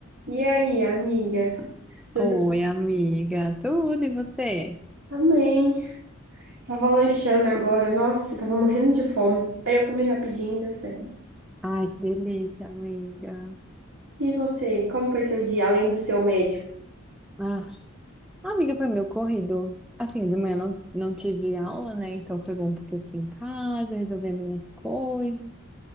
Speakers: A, on the right; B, in the centre.
A: E aí, amiga? Tudo
B: Oi,
A: bem?
B: amiga, tudo e você?
A: também? Tava lanchando agora. Nossa, eu tava morrendo de fome. Aí eu comi rapidinho e deu certo.
B: Ai, que delícia, amiga.
A: E você, como foi seu dia, além do seu médico?
B: Ah, amiga, foi meu corrido. Assim, de manhã não, não tive aula, né? Então foi bom porque eu fiquei em casa resolvendo umas coisas.